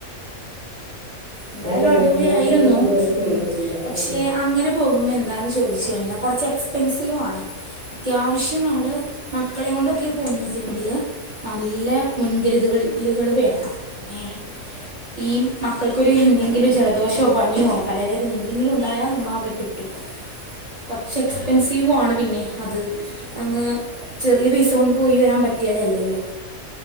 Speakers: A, on the left (about 30°); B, on the right (about 30°).
A: എന്തായാലും
B: ലോങ്
A: അടിപൊളിയായിരുന്നു
B: യാത്രകളൊന്നും ഇതുവരെ ചെയ്തിട്ടില്ല
A: മം പക്ഷെ
B: ഉം.
A: അങ്ങനെ പോകുമ്പോ എന്താന്ന് ചോദിച്ചു കഴിഞ്ഞാൽ കുറച്ച് എക്സ്പെൻസീവാണ് അത്യാവശ്യം നമ്മൾ മക്കളെ കൊണ്ടൊക്കെ പോ വച്ചെങ്കില് നല്ല മുൻകരുതുകുകള് വേണം ഏ ഈ മക്കൾക്കൊരു എന്തെങ്കിലും ജലദോഷമോ പനിയോ തലവേദന എന്തെങ്കിലും ഉണ്ടായാോ നമ്മള ആകെപ്പെട്ടു ട്ടു കൊറച്ച് എക്സ്പെൻസീവ ആണ് പിന്നെ അത് അങ്ങ് ചെറിയ പൈസ കൊണ്ട് പോയി വരാൻ പറ്റ കിട്ടിയതല്ലല്ലോ